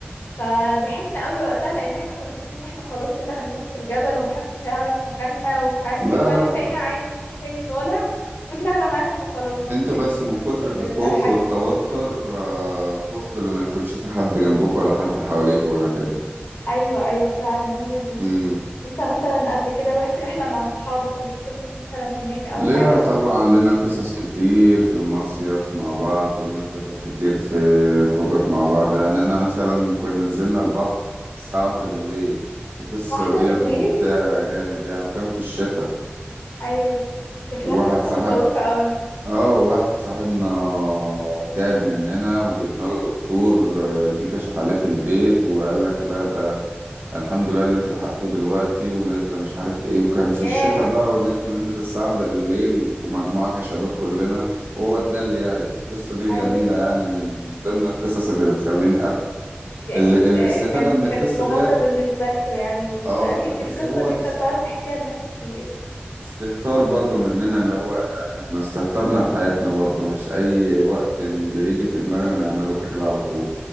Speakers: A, on the left; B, on the right.
A: فضحكنا قوي وقتها لان احنا كنا فاكرين ان احنا خلاص كده هنموت في الجبل ومحدش هيعرف مكاننا ومش عارف
B: لا
A: ايه وبعدين
B: لا
A: لقينا
B: لا
A: عادي فوق تاني طالع وطلعنا معاهم وخلاص
B: انتوا
A: فكانت
B: بس
A: من القصص
B: من كتر
A: اللي
B: الخوف
A: بتضحكني
B: والتوتر آه، خفتوا اللي ما يكونش في حد جنبكم ولا حد حواليكم ولا كده
A: ايوه ايوه فعلا هي دي
B: امم.
A: انت مثلا قبل كده رحت رحلة مع صحابك وليك قصص مثلا هناك او
B: ليها
A: حاجة
B: طبعا لنا قصص كتير في المصيف مع بعض ولنا قصص كتير في خروجات مع بعض يعني أنا مثلا كنا نزلنا البحر الساعة واحدة بالليل القصة
A: واحدة
B: ديت
A: بالليل
B: ممتعة جامد يعني وكان في الشتاء
A: ايوه دي شكلها
B: وواحد
A: قصة
B: صاحب
A: مشوقة قوي
B: اه واحد صاحبنا تعب مننا وجبنا له دكتور آه، جه كشف عليه في البيت وقال لك لا الحمد لله اللي انت لحقته دلوقتي ونازله مش عارف ايه وكان في
A: ياه
B: الشتاء بقى واللي احنا ننزل الساعه واحدة بالليل ومجموعه كشباب كلنا وهو ده اللي جاي القصه دي
A: ايوه
B: جميله يعني من ضمن القصص اللي بتخليني اضحك
A: دي اكيد
B: ال- الاستفاده
A: آه، كان
B: من
A: كانت
B: القصه
A: مغامرة
B: ديت
A: بالنسبة لكم يعني واكيد
B: اه ده بس
A: القصة
B: هو
A: دي انت
B: است-
A: بتقعد تحكيها لناس كتير
B: استهتار برضو مننا اللي هو احنا استهترنا بحياتنا برضو مش اي وقت اللي يجي في دماغنا نعمله كده على طول